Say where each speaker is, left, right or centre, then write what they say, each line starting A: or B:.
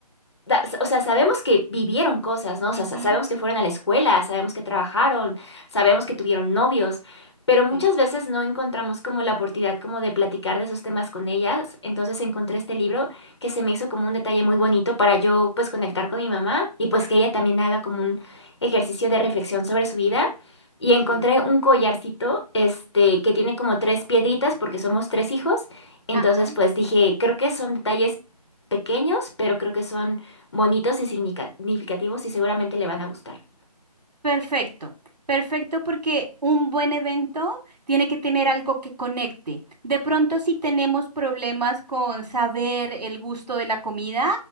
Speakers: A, on the left; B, on the right.
A: da- o sea, sabemos que vivieron cosas, ¿no? O
B: ujú,
A: sea, sa- sabemos que fueron a la escuela, sabemos que trabajaron, sabemos que tuvieron novios, pero muchas
B: Sí,
A: veces no encontramos como la oportunidad como de platicar de esos temas con ellas. Entonces encontré este libro que se me hizo como un detalle muy bonito para yo pues conectar con mi mamá y pues que ella también haga como un ejercicio de reflexión sobre su vida. Y encontré
B: sí.
A: un collarcito, este, que tiene como tres piedritas porque somos tres hijos. Entonces,
B: Ah, ah,
A: pues dije, creo que son detalles pequeños, pero creo que son bonitos y signica- significativos y seguramente le van a gustar.
B: Perfecto, perfecto porque un buen evento tiene que tener algo que conecte. De pronto si tenemos problemas con saber el gusto de la comida,